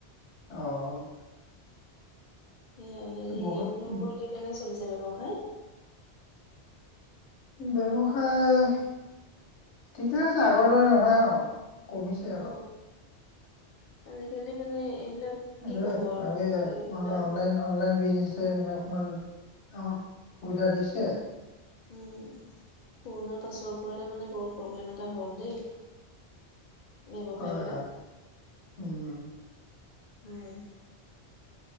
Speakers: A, on the left (about 85°); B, on the left (about 45°).
A: অ'।
B: এইয়া হেৰি
A: বৰষুণ
B: আপোনালোকৰ এতিয়া কেনে চলিছে? ব্যৱসা <unintelligible>
A: ব্যৱসায়, ঠিকে আছে আগৰ দৰে নহয় আৰু। কমিছে
B: অ
A: অলপ।
B: আজিকালি মানে এইবিলাক
A: <unintelligible>
B: কি
A: অনলাইন,
B: ক'ব আৰু এইবিলাক
A: অনলাইন, অনলাইন বিজনেচ মানে অকনমান আমাক সুবিধা দিছে।
B: উম, কৰোণাৰ পাছৰ পৰাই তাৰ মানে বৰ প্ৰব্লেম এটা হ'ল দেই। ব্যৱসায়
A: হয়
B: বিলাক
A: -হয় উম -উম।
B: <unintelligible>